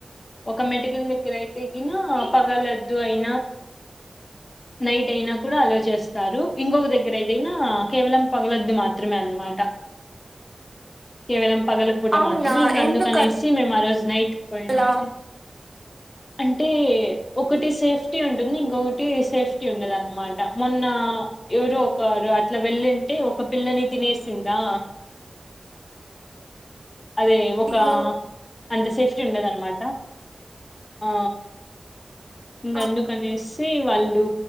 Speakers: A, on the left; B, on the right.
A: ఒక మెటుకు ఎయితే ఎగిన పగలద్దు అయి నైట్ అయినా కూడా హలోచేస్తారు ఇంకొక దగ్గర అయితే హ కేవలం పగలద్దు మాత త్రిమ్ అన్మాట కేవలం పగల పూట
B: అవునా
A: మాత్రమే ఇంకా
B: ఎందుకు
A: అందుకనేసి మేమారోజు తునై పొయ్యింది
B: అలా
A: అంటే ఒకటి సేఫ్టీ ఉంటుంది, ఇంకొకటి సేఫ్టీ ఉండదన్న్మాట మొన్న ఎవరు ఒకరు అట్ల వెళ్ళుంటే ఒక పిల్లని తినేసిందా! అదే ఒక
B: అయ్యో
A: అంత సేఫ్టీ ఉండదన్మాట ఆ ఇంకందుకనేస్
B: ఆ
A: వాళ్ళు